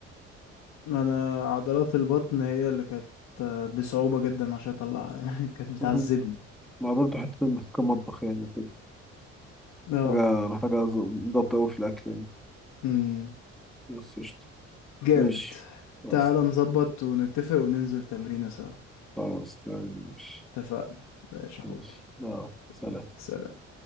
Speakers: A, on the left; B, in the centre.
A: انا عضلات البطن هي اللي كانت آه، بصعوبة جدا عشان اطلعها <laughs> كانت بتعذبني
B: مهم. ما برضه حتة محتاجة مطبخ يعني وكده
A: اه
B: محتاجة محتاجة ظ- ضبط أوي في الأكل يعني
A: امم
B: بس قشطة
A: جامد
B: ماشي خلاص
A: تعال نظبط ونتفق وننزل تمرينة سوا
B: خلاص تمام ماشي
A: اتفقنا ماشي يا
B: ماشي
A: حبي
B: لا سلام
A: سلام